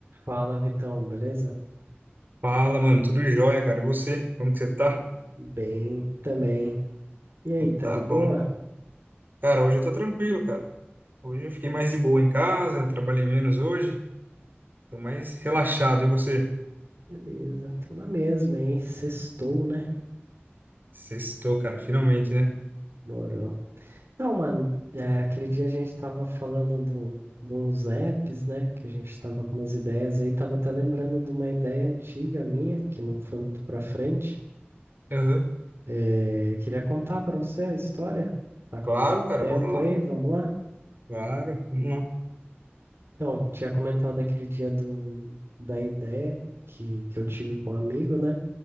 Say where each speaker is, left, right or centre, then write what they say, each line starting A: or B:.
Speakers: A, on the right; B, on the right.
A: Fala, Vitão, beleza?
B: Fala, mano, tudo jóia, cara. E você? Como que você tá?
A: Bem também. E
B: Então
A: aí, tá
B: tá
A: de boa?
B: bom. Cara, hoje eu tô tranquilo, cara. Hoje eu fiquei mais de boa em casa, trabalhei menos hoje, tô mais relaxado. E você?
A: Beleza, tô na mesma, hein? Sextou, né?
B: Sextou, cara, finalmente, né?
A: Morou. Não, mano, é, aquele dia a gente tava falando do, de uns apps, né? Que a gente tava com umas ideias aí, tava até lembrando de uma ideia antiga minha, que não foi muito pra frente.
B: Aham.
A: É, queria contar pra você a história. Tá
B: Claro,
A: com
B: cara,
A: tempo
B: bora lá.
A: aí? Vamos lá?
B: Claro, vamos lá.
A: Então, tinha comentado aquele dia do, da ideia que, que eu tive com um amigo, né?